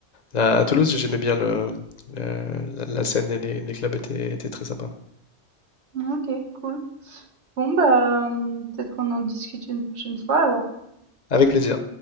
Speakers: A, on the left (about 45°); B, on the right (about 75°).
A: à à Toulouse, j'aimais bien le, la, la- scène et les, les clubs étaient, étaient très sympas.
B: OK, cool. Bon bah, hem, peut-être qu'on en discute une prochaine fois alors.
A: Avec plaisir.